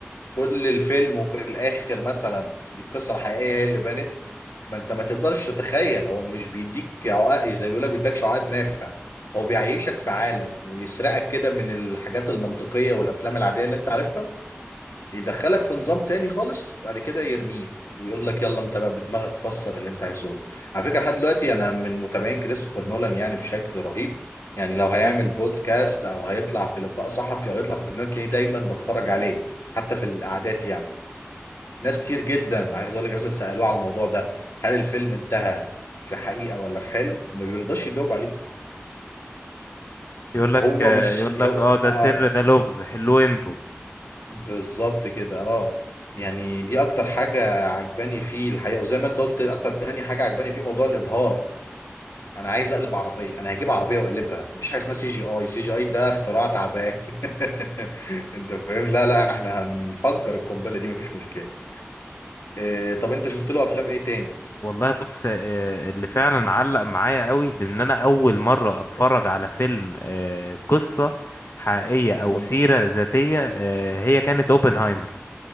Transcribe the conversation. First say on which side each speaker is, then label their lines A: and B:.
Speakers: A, on the left; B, on the left.
A: كل الفيلم وفي الاخر مثلا دي القصه الحقيقيه هي اللي بانت ما انت ما تقدرش تتخيل هو مش بيديك عقد زي ما بيقول لك بيديكش عقد نافع هو بيعيشك في عالم ويسرقك كده من الحاجات المنطقيه والافلام العاديه اللي انت عارفها يدخلك في نظام تاني خالص بعد كده يرميك ويقول لك يلا انت بقى بدماغك فسر اللي انت عايزه على فكره لحد دلوقتي انا من متابعين كريستوفر نولان يعني بشكل رهيب يعني لو هيعمل بودكاست او هيطلع في لقاء صحفي او يطلع في برنامج تلاقيني دايما بتفرج عليه حتى في القعدات يعني ناس كتير جدا عايز اقول لك مثلا سالوه على الموضوع ده هل الفيلم انتهى في حقيقه ولا في حلم ما بيرضاش يجاوب عليه
B: يقول لك
A: هو مش
B: يقول لك
A: هو
B: اه ده
A: آه،
B: سر ده لغز حلوه انتوا
A: بالظبط كده اه يعني دي اكتر حاجة عجباني فيه الحقيقة وزي ما انت قلت اكتر تاني حاجة عجباني فيه موضوع الابهار انا عايز اقلب عربية انا هجيب عربية واقلبها مفيش حاجة اسمها سي جي اي سي جي اي ده اختراع تعبان <laughs> انت فاهم لا لا احنا هنفجر القنبلة دي مفيش مشكلة إيه طب انت شفت له افلام ايه تاني
B: والله بص آه، اللي فعلا علق معايا قوي ده ان انا اول مرة اتفرج على فيلم آه، قصة حقيقية او
A: مم.
B: سيرة ذاتية آه، هي كانت اوبنهايمر